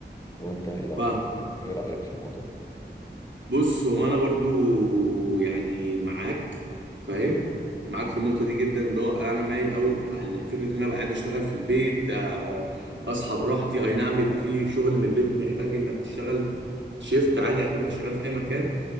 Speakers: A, on the left (about 15°); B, on the right (about 80°).
A: وانت ايه الأخ-
B: فاهم
A: إيه رايك في الموضوع
B: بص هو انا برضو يعني معاك فاهم معاك
A: مم.
B: في النقطه دي جدا اللي هو انا مايل اول على فكره ان انا ابقى قاعد اشتغل في البيت آه، اصحى براحتي اي نعم بيبقى في شغل من البيت محتاج انك تشتغل شيفت عادي اكنك شغال في اي مكان